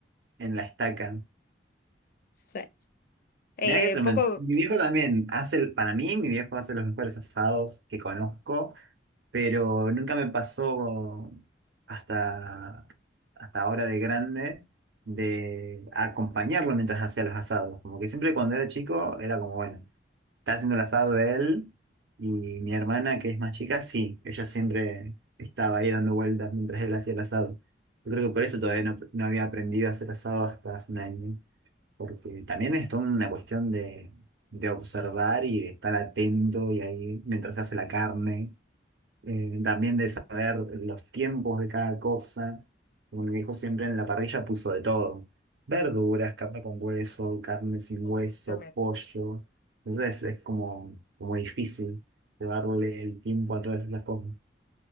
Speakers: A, on the right (about 70°); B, on the left (about 50°).
A: en la estaca.
B: Sí. Eh,
A: Mirá que tremendo.
B: poco,
A: Mi viejo también hace, el- para mí, mi viejo hace los mejores asados que conozco. pero nunca me pasó hasta, hasta ahora de grande de acompañarlo mientras hacía los asados. Como que siempre cuando era chico era como, bueno, está haciendo el asado él y mi hermana que es más chica, sí, ella siempre estaba ahí dando vueltas mientras él hacía el asado. Yo creo que por eso todavía no, no había aprendido a hacer asado hasta hace un año, porque también es toda una cuestión de, de observar y de estar atento y ahí mientras se hace la carne eh, también de saber los tiempos de cada cosa. Como mi viejo siempre en la parrilla puso de todo. Verduras, carne con hueso, carne sin
B: Totalmente.
A: hueso, pollo. Entonces es como, como difícil llevarle el tiempo a todas esas cosas.